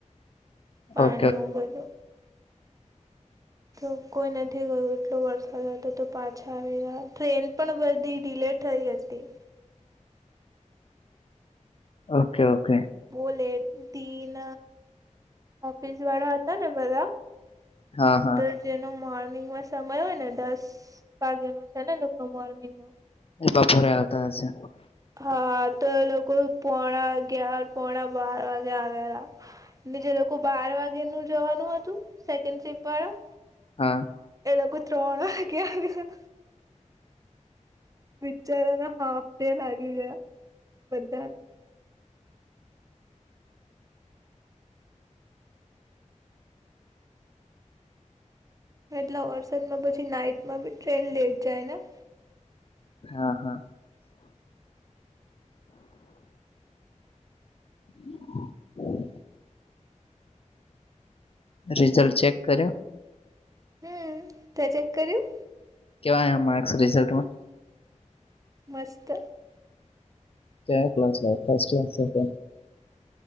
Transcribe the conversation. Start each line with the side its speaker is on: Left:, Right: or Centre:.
Left: ગયા
Right: પાણી
Left: ઓકે
Right: હું બધુ જો કોઈ નથી ગયું એટલો વરસાદ હતો, તો પાછા આવી ગયા ટ્રેન પણ બધી ડિલેટ થઈ હતી.
Left: ઓકે ઓકે
Right: બોલે દિન ઓફિસ વાળા હતા ને બધા.
Left: હા હા
Right: તો જેનો મોર્નિંગમાં સમય હોય ને દસ વાગેનોો છે. નેકનો મોર્નિંગ નો
Left: એ બપોરે આવતા હશે
Right: હા, તો એ લોકો પોણા અગિયાર પોણા બાર વાગે આવેલા ની જેે લોકો બાર વાગે નું જવાનું હતું સેકન્ડ સિપ વાળા
Left: હા
Right: એ લોકો કુતરોણ ક્યા બિચારાના હાફ, ડે લાગી ગયા બધાના એટલા વર્ષદમાં પછી નાઈટમાં બી ટ્રેન લેટ જાય ને
Left: હા હા હમ <unintelligible> રિઝલ્ટ ચેક કર્યો
Right: હમ તો ચેક કર્યું
Left: કેવા માર્ક્સ રિઝલ્ટમાં
Right: મસ્ત
Left: જેં કલા છે, ફ